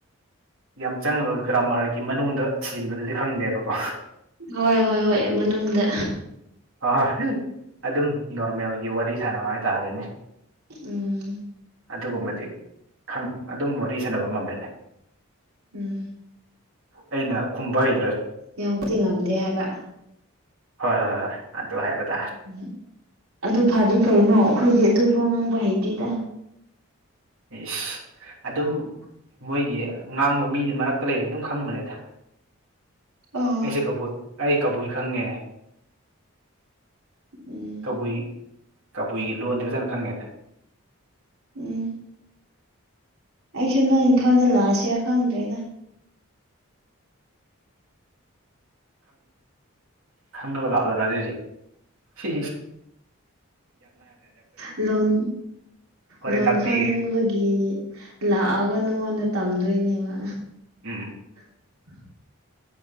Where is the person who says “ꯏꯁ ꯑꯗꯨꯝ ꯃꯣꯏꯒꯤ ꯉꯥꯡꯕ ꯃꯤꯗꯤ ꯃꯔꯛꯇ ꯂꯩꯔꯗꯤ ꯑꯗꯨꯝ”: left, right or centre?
Right